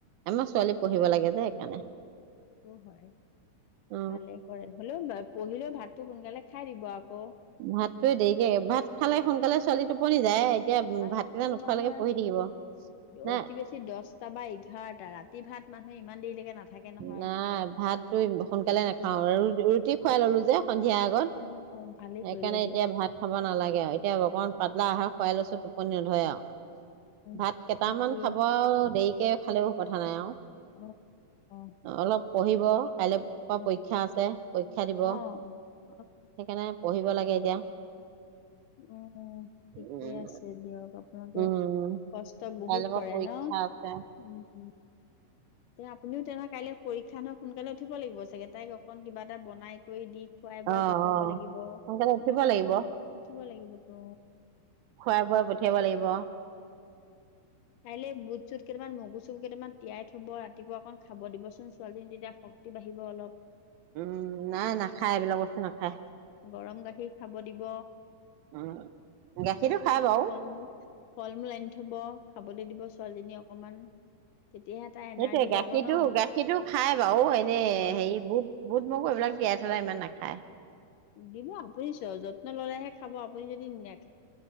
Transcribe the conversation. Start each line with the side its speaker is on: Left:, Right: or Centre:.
Right: আমাৰ ছোৱালী পঢ়িব লাগে যে সেইকাৰণে।
Left: সেইটো হয়
Right: অ
Left: ভালে কৰে, হ'লেও বা পঢ়িলেও ভাতটো সোনকালে খাই দিব আকৌ।
Right: ভাতটোৱে দেৰিকে, ভাত খালে সোনকালে ছোৱালী টোপনি যায় এতিয়া
Left: ভাতটো
Right: ভাতকেইটা নোখোৱালৈকে
Left: মানুহৰ,
Right: পঢ়ি থাকিব নাই
Left: অতি বেছি দছটা বা এঘাৰটা, ৰাতি ভাত মানুহে ইমান দেৰিলৈকে নাথাকে নহয়
Right: নাই, ভাতটো সোনকালে
Left: নাথাকিব
Right: নাখাও ৰুটি খুৱাই ললো যে সন্ধিয়াৰ আগত।
Left: অ অ', ভালেই
Right: সেইকাৰণে
Left: কৰিলে দিয়ক
Right: এতিয়া ভাত খাব নালাগে আৰু এতিয়া অকমান পাতলা আহা খোৱাই লৈছোঁ টোপনি নধৰে আৰু।
Left: উম,
Right: ভাত কেইটামান
Left: তাকে
Right: খাব আৰু দেৰি <unintelligible> খালেও কথা নাই আৰু।
Left: অ অ
Right: অলপ পঢ়িব।
Left: ঠিক
Right: কাইলৈ পৰা
Left: অ
Right: পৰীক্ষা আছে, পৰীক্ষা দিব,
Left: অ
Right: সেইকাৰণে
Left: অ',
Right: পঢ়িব লাগে এতিয়া।
Left: উম, ঠিকে
Right: উম
Left: আছে দিয়ক, আপোনালোকে
Right: উম
Left: কষ্ট বহুত
Right: কাইলৈৰ পৰা
Left: কৰে
Right: পৰীক্ষা
Left: ন',
Right: আছে
Left: উম। তে আপুনিও তেনেহয় কাইলে পৰীক্ষা ন, সোনকালে উঠিব লাগিব চাগে, তাইক অকন কিবা এটা বনাই কৰি দি খুৱাই বোৱাই
Right: অ',
Left: পঠিয়াব
Right: অ',
Left: লাগিব
Right: সোনকালে উঠিব লাগিব।
Left: হয় দিয়ক উঠিব লাগিবটো।
Right: খোৱাই বোৱাই পঠিয়াব লাগিব।
Left: কাইলৈ বুট চুত কেইটামান মগু চগু কেইটামান তিয়াই থব, ৰাতিপুৱা অকণ খাব দিবচোন ছোৱালীজনী তেতিয়া শক্তি বাঢ়িব অলপ।
Right: উম, নাই নাখায় এইবিলাক বস্তু নাখায়।
Left: গৰম গাখীৰ খাব দিব,
Right: উম, গাখীৰটো
Left: দিব
Right: খাই
Left: ফল
Right: বাৰু।
Left: মূল ফল মূল আনি থব, খাবলে দিব ছোৱালীজনীক অকমান। তেতিয়াহে তাই এনাৰ্জি
Right: সেইটোয়ে গাখীৰটো,
Left: পাব ন
Right: গাখীৰটো খাই বাৰু এনেই
Left: অ
Right: হেৰি বুট বুট মগু এইবিলাক তিয়াই থলে ইমান না হয়।
Left: দিব, আপুনি যত্ন ল'লেহে খাব আপুনি যদি নে